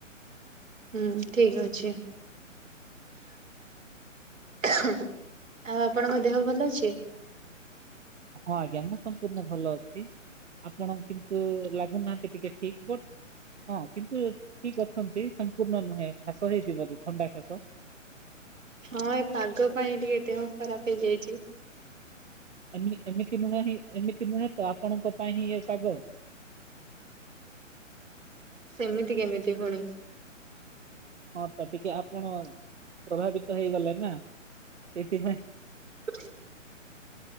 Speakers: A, on the right (about 75°); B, on the right (about 60°).
A: ହୁଁ ଠିକ୍ ଅଛି। ଆଉ, ଆପଣଙ୍କ ଦେହ ଭଲ ଅଛି?
B: ହଁ, ଆଜ୍ଞା। ମୁଁ ସମ୍ପୂର୍ଣ୍ଣ ଭଲ ଅଛି, ଆପଣ କିନ୍ତୁ ଲାଗୁନାହାଁନ୍ତି, ଟିକେ ଠିକ୍ ବଟ୍ ହଁ, କିନ୍ତୁ ଠିକ୍ ଅଛନ୍ତି, ସମ୍ପୂର୍ଣ୍ଣ ନୁହେଁ! ଖାସ ହେଇଥିବ, ବଧେ ଥଣ୍ଡା ଖାସ!
A: ହଁ, ଏ ପାଗ ପାଇଁ ଟିକେ ଦେହ ଖରାପ ହେଇଯାଇଛି।
B: ଏମି ଏମିତି ନୁହେଁ, ହିଁ ଏମିତି ନୁହେଁ ତ, ଆପଣଙ୍କ ପାଇଁ ହିଁ ଏ ପାଗ!
A: ସେମିତି କେମିତି ପୁଣି!
B: ହଁ, ତ ଟିକେ ଆପଣ ପ୍ରଭାବିତ ହେଇଗଲେ ନା, ସେଇଥିପାଇଁ।
A: ହା <inaudible>